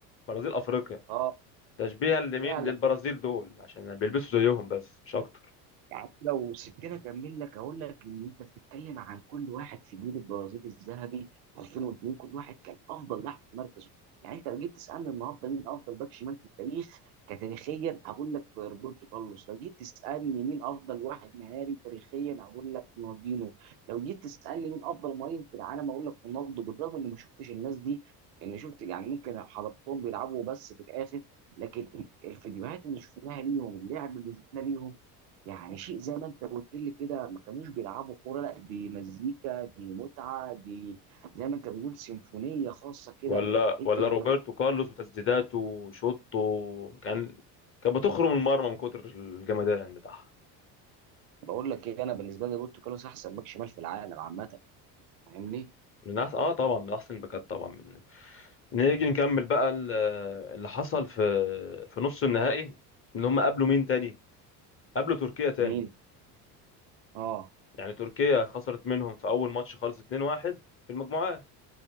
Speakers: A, on the left (about 30°); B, on the right (about 75°).
A: برازيل افريقيا
B: اه
A: تشبيها لمين
B: فعلا
A: للبرازيل دول عشان بيلبسوا زيهم بس مش اكتر
B: يعني لو سبتني اكمل لك اقول لك ان انت بتتكلم عن كل واحد في جيل البرازيل الذهبي 2002 كل واحد كان افضل لاعب في مركزه يعني انت لو جيت تسالني النهارده مين افضل باك شمال في التاريخ كتاريخيا هقول لك روبرتو كارلوس لو جيت تسالني مين افضل واحد مهاري تاريخيا هقول لك رونالدينو لو جيت تسالني مين افضل مهاجم في العالم هقول لك رونالدو بالرغم اني ما شفتش الناس دي ان شفت يعني ممكن حضرتهم بيلعبوا بس في الاخر لكن الفيديوهات اللي شفناها ليهم اللعب اللي شفناه ليهم يعني شيء زي ما انت قلت لي كده ما كانوش بيلعبوا كوره لا دي مزيكا دي متعه دي زي ما انت بتقول سيمفونيه خاصه كده
A: ولا
B: انت
A: ولا
B: لما
A: روبرتو كارلوس وتسديداته وشوطه كان كان بتخرم المرمى من كتر الجمدان بتاعها
B: بقول لك ايه انا بالنسبه لي بورتو كارلوس احسن باك شمال في العالم عامه انت فاهمني
A: من أحسن اه طبعا من احسن الباكات طبعا نيجي نكمل بقى ال- اللي حصل في في نص النهائي ان هم قابلوا مين تاني قابلوا تركيا تاني
B: مين اه
A: يعني تركيا خسرت منهم في اول ماتش خالص 2-1 في المجموعات